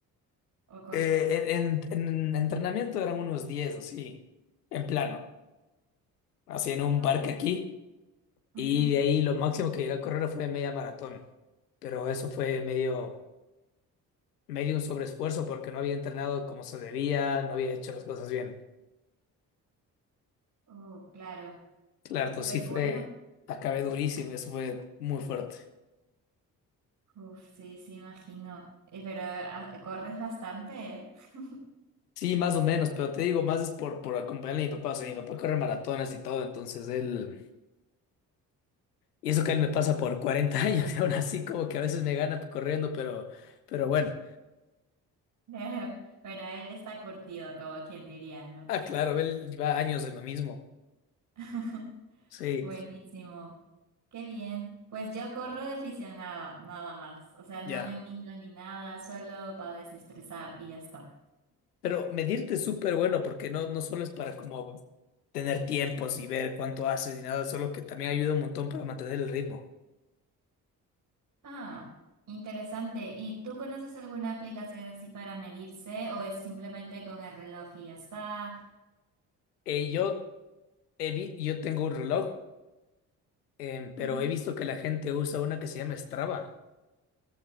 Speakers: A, on the right; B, on the left.
A: o corrías?
B: Eh, en, en- en entrenamiento eran unos 10 así, en plano. así en un
A: Au.
B: parque aquí, y
A: Ujú.
B: de ahí lo máximo que llegué a correr fue media maratón, pero eso fue medio, medio un sobreesfuerzo porque no había entrenado como se debía, no había hecho las cosas bien.
A: Oh, claro.
B: Claro, entonces
A: Pero
B: sí fue,
A: bueno,
B: acabé durísimo, eso fue muy fuerte.
A: Uf, sí, sí, imagino. Eh, Pero ah, corres bastante, ¿eh? <laughs>
B: Sí, más o menos, pero te digo, más es por, por acompañar a mi papá, o sea, mi papá corre maratones y todo, entonces él, y eso que él me pasa por 40 años, <laughs> y aún así como que a veces me gana corriendo, pero, pero bueno,
A: Claro. Bueno, él está curtido, como quien diría, ¿no?
B: ah, claro, él lleva años en lo mismo,
A: <laughs>
B: sí,
A: Buenísimo. Qué bien. Pues yo corro de aficionada, nada más. O sea, no
B: ya.
A: me miro ni nada, solo para desestresar y ya está.
B: Pero medirte es súper bueno porque no, no solo es para como tener tiempos y ver cuánto haces y nada, solo que también ayuda un montón para mantener el ritmo.
A: Ah, interesante. ¿Y tú conoces alguna aplicación así para medirse o es simplemente con el reloj y ya está?
B: Eh, yo, he vi- yo tengo un reloj, em, pero
A: Ujú.
B: he visto que la gente usa una que se llama Strava.